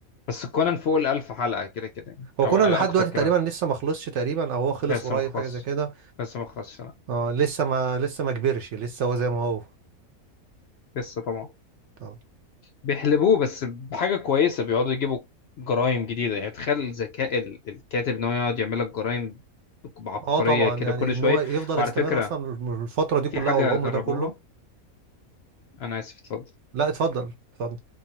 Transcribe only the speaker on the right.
هو
كونان
لحد
دلوقتي
تقريبا لسه ما خلصش تقريبا أو هو خلص
قريب
حاجة زي كده
اه لسه ما لسه ما كبرش لسه هو زي ما هو
اه
آه طبعا
يعني
إن
هو يفضل
يستمر
أصلا الفترة دي
كلها
والعمر
ده كله
لأ اتفضل اتفضل